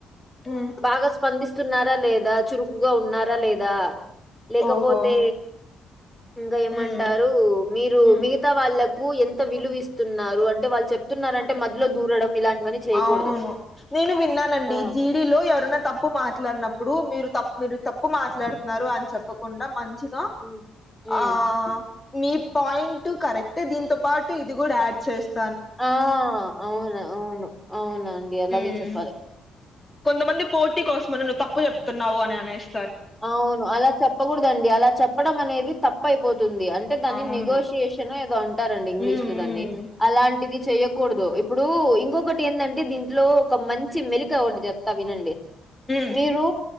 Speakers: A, on the left; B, in the centre.
A: ఉమ్
B: బాగస్ స్పందిస్తున్నారా లేదా, చురుకుగా ఉన్నారా లేదా, లేకపోతే
A: ఓహో
B: ఇంకా ఏమంటారు
A: ఉమ్
B: మీరు
A: ఉమ్
B: మీ గత వాళ్ళలకు ఎంత విలువ ఇస్తున్నారు అంటే వాళ్ళు చెప్తున్నారంటే మధ్యలో దూరడం ఇలాంటివన్నీ చేయకూడదు.
A: అవును నేను విన్నానండి
B: ఆ!
A: జీ మీలో ఎవరన్నా తప్పు మాట్లాడినప్పుడు మీరు తప్పు మీరు తప్పు మాట్లాడుతున్నారు అని చెప్పకుండా మంచి
B: హ్మ్. హ్మ్.
A: ఆ మీ పాయింట్ కరెక్ట్ ఏ దీంతో పాటు ఇది కూడా యాడ్ చేస్త
B: ఆ అవును అవును అవునండి అలాగే
A: మ్
B: చెప్పాలి
A: కొంతమంది పోటీ కోసమనే నువ్వు తప్పు చెప్తున్నావు అని అనేస్
B: అవును అలా చెప్పకూడదండి అలా చెప్పడం అనేది తప్పు అయిపోతుంది అన్ అయితే దాన్ని
A: అవును
B: నెగోషియేషన్ ఏదో అంటారండి ఇంగ్లీష్
A: మ్
B: లో
A: మ్
B: దాన్ని అలాంటిది చెయ్యకూడదు ఇప్పుడూ ఇంకొకటి ఎందంటే దింట్లో ఒక మంచి మెలిక ఓటి జెప్ త వినండి
A: మ్
B: మీరు